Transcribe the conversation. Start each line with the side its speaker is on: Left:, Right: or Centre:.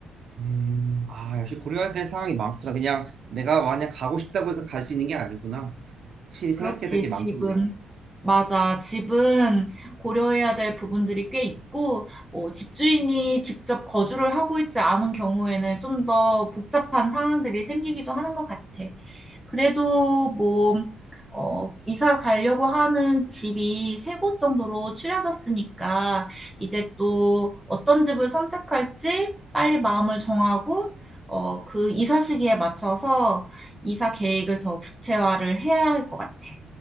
Right: 음, 아, 역시 고려해야 될 상황이 많구나. 그냥 내가 만약 가고 싶다고 해서 갈 수 있는 게 아니구나. 확실히 생각해야
Centre: 그렇지,
Right: 될 게 많겠네.
Centre: 집은. 맞아. 집은 고려해야 될 부분들이 꽤 있고, 뭐, 집주인이 직접 거주를 하고 있지 않은 경우에는 좀 더 복잡한 상황들이 생기기도 하는 것 같아. 그래도 뭐, 어, 이사 가려고 하는 집이 세 곳 정도로 추려졌으니까 이제 또 어떤 집을 선택할지 빨리 마음을 정하고 어, 그 이사 시기에 맞춰서 이사 계획을 더 구체화를 해야 할 것 같아.